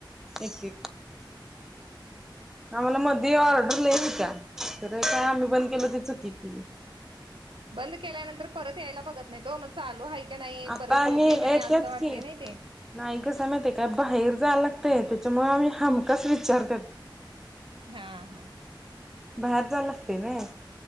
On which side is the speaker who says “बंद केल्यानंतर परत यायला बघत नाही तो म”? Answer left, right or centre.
Right